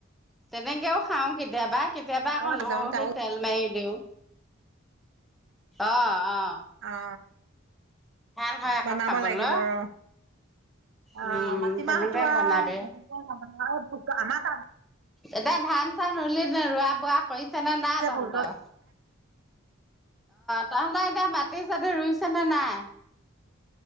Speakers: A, in the centre; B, on the right.
A: তেনেকেও খাওঁ কেতিয়াবা কেতিয়াবা আকৌ
B: অ', যাওঁতে
A: ন
B: আৰু
A: তেল মাৰি দিওঁ। অ অ।
B: অ
A: ভাল হয় আকৌ
B: বনাব
A: খাবলৈ।
B: লাগিব ৰ। অ
A: উম,
B: মাটিমাহতো
A: তেনেকে
B: আৰু
A: বনাবি।
B: যেনেকে আমাৰ ত
A: এতিয়া ধান চান ৰুলি যে ৰোৱা বোৱা কৰিছে নে নাই
B: যে
A: তহঁতৰ
B: ভোজত
A: তহটৰ গাওঁত মাটি চাটি ৰুইছে নে নাই।